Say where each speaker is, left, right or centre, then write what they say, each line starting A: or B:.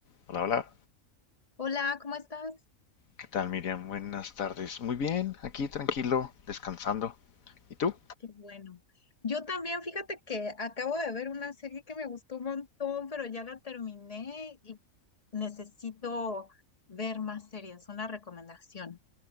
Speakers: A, on the left (about 80°); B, on the left (about 25°).
A: Hola, hola.
B: Hola, ¿cómo estás?
A: ¿Qué tal, Miriam? Buenas tardes. Muy bien, aquí tranquilo, descansando. ¿Y tú?
B: Qué bueno. Yo también, fíjate que acabo de ver una serie que me gustó un montón, pero ya la terminé y necesito ver más series, una recomendación.